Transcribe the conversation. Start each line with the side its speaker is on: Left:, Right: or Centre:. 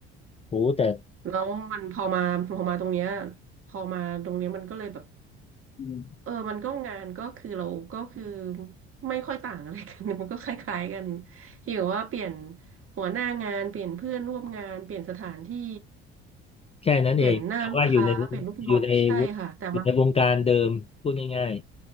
Left: โอ้แต่
Right: แล้วมันพอมาพอมาตรงเนี้ยพอมาตรงเนี้ยมันก็เลยแบบ
Left: อืม
Right: เออมันก็งานก็คือเราก็คือไม่ค่อยต่างอะไรกัน <laughs> มันก็คล้ายๆกันที่แบบว่าเปลี่ยนหัวหน้างาน เปลี่ยนเพื่อนร่วมงาน เปลี่ยนสถานที่
Left: แค่นั้นเองแต่ว่าอยู่ใน
Right: เปลี่ยนหน้าลูกค้า เปลี่ยนลูกน้องใช่ค่ะแต่มัน
Left: อยู่ในวงอยู่ในวงการเดิมพูดง่าย